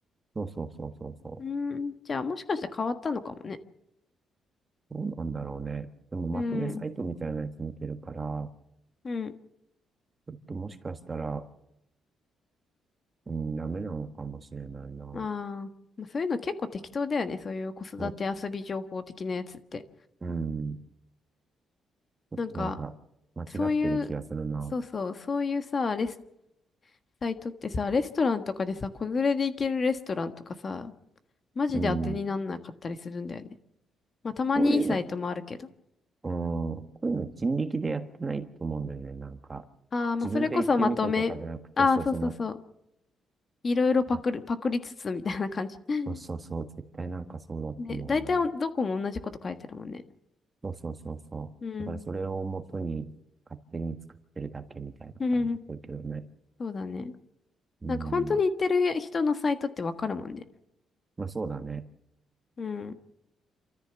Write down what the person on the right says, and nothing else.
そうそうそうそうそう。
どうなんだろうね。でもまとめサイトみたいなやつ見てるから、
ちょっともしかしたら、うん、ダメなのかもしれないな。
お、うん、ちょっとなんか、
間違ってる気がするな。
うん、
こういうの、うん、こういうの人力でやってないと思うんだよね。なんか、
自分で行ってみてとかじゃなくて、
そうそう、
ま、
ま、
そうそうそう、絶対なんかそうだと思うな。
そうそうそうそう。
だからそれを元に勝手に作ってるだけみたいな感じだけどね。
うん
まあそうだね。